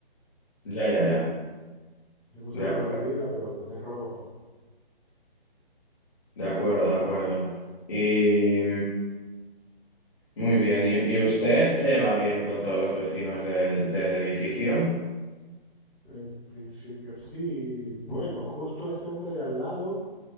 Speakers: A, on the left; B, in the centre.
A: ya, ya, ya.
B: Tengo un seguro
A: De acuerdo,
B: de vida, pero de robo no.
A: de acuerdo, de acuerdo. Y... Muy bien. ¿Y, y usted se lleva bien con todos los vecinos del, del edificio?
B: En principio sí. Bueno, justo este hombre de al lado,